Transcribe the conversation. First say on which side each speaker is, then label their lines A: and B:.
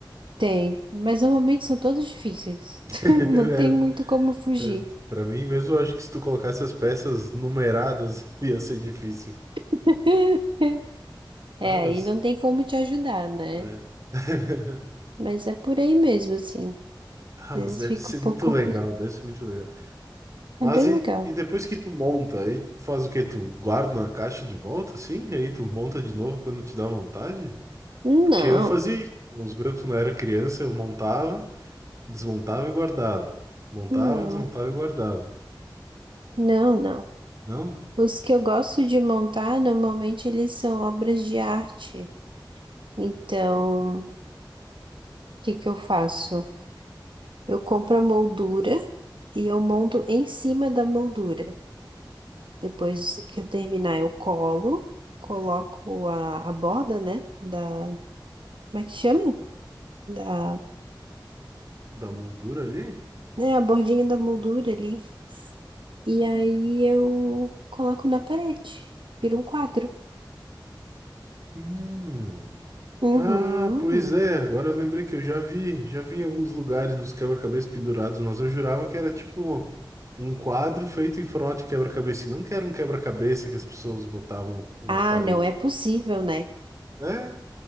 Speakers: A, on the right; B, on the right.
A: Tem. Mas normalmente são todos difíceis.
B: <laughs>
A: <laughs> Não tem muito como fugir.
B: É, é. Pra mim mesmo, eu acho que se tu colocasse as peças numeradas, <laughs> ia ser difícil.
A: <laughs> É,
B: Ah, mas...
A: aí não tem como te ajudar, né?
B: né? <laughs>
A: Mas é por aí mesmo, assim.
B: Ah,
A: Às vezes
B: mas deve
A: fica
B: ser
A: um pouco
B: muito
A: complicado.
B: legal, deve ser muito legal. Mas
A: É bem
B: e,
A: legal.
B: e depois que tu monta, aí tu faz o quê? Tu guarda na caixa de volta, assim? Aí tu monta de novo quando te dá vontade?
A: Não,
B: Porque eu fazia isso. Nos meus, quando eu era criança, eu montava, desmontava e guardava. Montava,
A: não,
B: desmontava e guardava.
A: não, não.
B: Não?
A: Os que eu gosto de montar, normalmente eles são obras de arte. Então, o que que eu faço? Eu compro a moldura e eu monto em cima da moldura. Depois que eu terminar, eu colo, coloco a, a borda, né? Da, como é que chama? Da,
B: Da moldura ali?
A: né, a bordinha da moldura ali. E aí eu coloco na parede. Vira um quadro.
B: Hum.
A: Uhum.
B: Ah, pois é. Agora eu lembrei que eu já vi. Já vi em alguns lugares nos quebra-cabeças pendurados, mas eu jurava que era tipo um quadro feito em formato de quebra-cabeça. e Não que era um quebra-cabeça que as pessoas botavam na
A: Ah,
B: parede.
A: não é possível, né?
B: É,